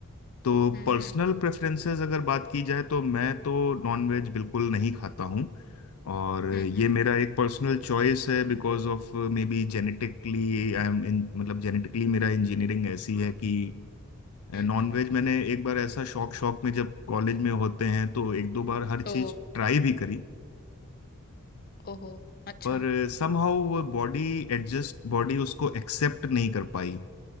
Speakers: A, on the left; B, on the left.
A: तो
B: हम्म
A: पर्सनल प्रेफरेंसेस अगर बात की जाए तो मैं तो नॉनवेज बिल्कुल नहीं खाता हूँ और
B: हम्म
A: ये
B: हम्म
A: मेरा एक पर्सनल चॉइस है because of maybe genetically I am in मतलब जेनेटिकली मेरा इंजीनियरिंग ऐसी है कि
B: हम्म
A: नॉनवेज
B: हम्म।
A: मैंने एक बार ऐसा शौक शौक में जब कॉलेज में होते हैं तो एक दो बार हर चीज
B: ओ
A: ट्राई भी करी
B: ओहो अच्छा
A: पर समहाउ वो बॉडी एडजस्ट बॉडी उसको एक्सेप्ट नहीं कर पाई